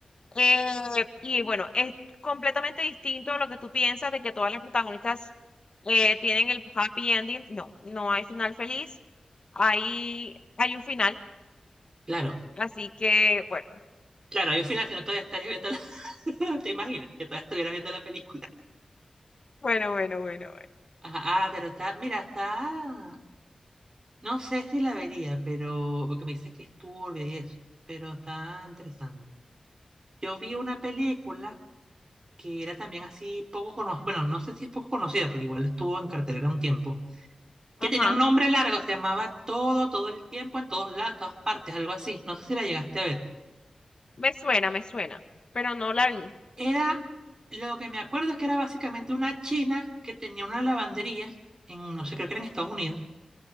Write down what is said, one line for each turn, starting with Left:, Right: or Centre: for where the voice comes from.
Left: Eh, y bueno, es completamente distinto a lo que tú piensas de que todas las protagonistas eh, tienen el happy ending. No, no hay final feliz. Hay, hay un final.
Right: Claro,
Left: Así que, bueno,
Right: claro, yo al final si no todavía estaría viendo la... <laughs> ¿Te imaginas? Que todavía estuviera viendo la película.
Left: Bueno, bueno, bueno, bueno.
Right: Ah, ah, pero está, mira, está... No sé si la vería, pero... Porque me dice que es turbia y eso, pero está interesante. Yo vi una película que era también así poco conocida, bueno, no sé si es poco conocida, porque igual estuvo en cartelera un tiempo, que
Left: ajá.
Right: tenía un nombre largo, se llamaba Todo, todo el tiempo, en todos lados, en todas partes, algo así. No sé si la llegaste a ver.
Left: Me suena, me suena. Pero no la vi.
Right: Era, lo que me acuerdo es que era básicamente una china que tenía una lavandería, en, no sé, creo que era en Estados Unidos,